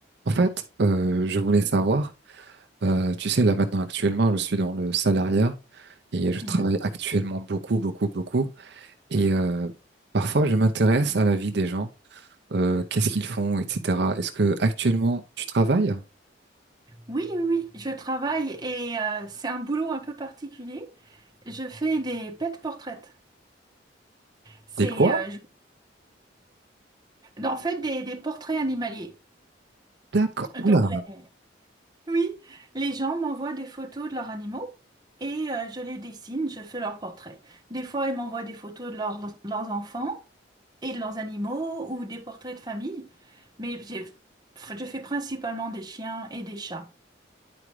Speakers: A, on the right; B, on the right.
A: En fait, euh, je voulais savoir, euh, tu sais, là maintenant actuellement, je suis dans le salariat et je
B: Mhm.
A: travaille actuellement beaucoup, beaucoup, beaucoup. Et euh, parfois, je m'intéresse à la vie des gens, euh, qu'est-ce qu'ils font, etc. Est-ce que actuellement tu travailles?
B: Oui, oui, oui, je travaille et euh, c'est un boulot un peu particulier. Je fais des pet portraits. C'est
A: T'es quoi?
B: euh, je- en fait des, des portraits animaliers.
A: D'accord. Oula,
B: Donc, les- oui, les gens m'envoient des photos de leurs animaux et euh, je les dessine, je fais leurs portraits. Des fois, ils m'envoient des photos de leurs leurs enfants et de leurs animaux ou des portraits de famille. Mais j'ai- je fais principalement des chiens et des chats.